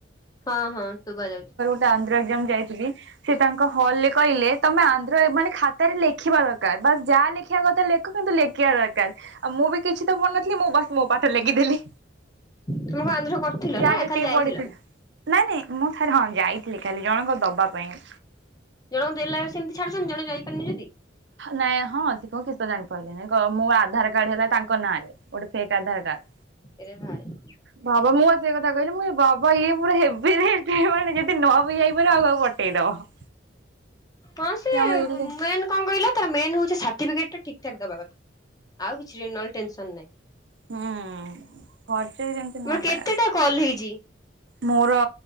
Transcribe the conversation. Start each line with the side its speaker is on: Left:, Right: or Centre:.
Left: ହଁ ହଁ ଶୁବାଯାଉଚି।
Right: ତା ଆନ୍ଧ୍ର ଏକଜାମ୍ ଯାଇଥିଲି ସେ ତାଙ୍କ ହଲରେ କହିଲେ ତମେ ଆନ୍ଧ୍ର ଏ ମାନେ ଖାତାରେ ଲେଖିବା ଦରକାର ବାସ୍ ଯାହା ଲେଖିବା କଥା ଲେଖ କିନ୍ତୁ ଲେଖିବା ଦରକାର ଆଉ ମୁଁ ବି କିଛି ତ ପଢିନଥିଲି ମୁଁ ବାସ ମୋ ପାଠ ଲେଖିଦେଲି।
Left: ତମେ କଣ ଆନ୍ଧ୍ର କରିଥିଲ
Right: ଯାହା
Left: ନା
Right: ଯେତିକି
Left: ଖାଲି ଯାଇଥିଲ?
Right: ପଡିଥିଲା। ନାଇଁ ନାଇଁ ମୁଁ ଥରେ ହଁ ଯାଇଥିଲି ଖାଲି ଜଣଙ୍କ ଦବା ପାଇଁ।
Left: ଜଣଙ୍କୁ ଦେଲାବେଳେ ସେମତି ଛାଡୁଚନ୍ତି ଜଣେ ଯାଇପାରୁନି ଯଦି?
Right: ନାଇଁ ହଁ ଯିବ କିଛି ସେ ଜାଣି ପାରିଲେନି କ ମୋ ଆଧାର କାର୍ଡ ହେଲା ତାଙ୍କ ନାଁରେ ଗୋଟେ ଫେକ୍ ଆଧାର କାର୍ଡ
Left: ଇରେ ଭାଇ।
Right: ବାବା ମୁଁ ବା ସେଇ କଥା କହିଲି ମୁଁ ବାବା ଇଏ ପୁରା ହେବିିରେଟ ଏ ମାନେ ସିଏ ବି ନ ବି ଯାଇପାରେ ଆଉ କାହାକୁ ପଠେଇଦବ।
Left: କଣ ସେ
Right: ଆମ ରିଲ୍
Left: ମେନ୍
Right: ରେ
Left: କଣ କଇଲ ତାର ମେନ୍ ହଉଚି ସାର୍ଟିଫିକେଟ ଟା ଠିକ ଠାକ ଦବା କଥା ଆଉ କିଛି ନହଲେ ଟେନସନ ନାହିଁ।
Right: ହୁଁ। ଫର୍ଜରୀ ଯେମିତି ନ
Left: ତମ
Right: ପାଏ
Left: କେତେଟା କଲ ହେଇଚି?
Right: ମୋର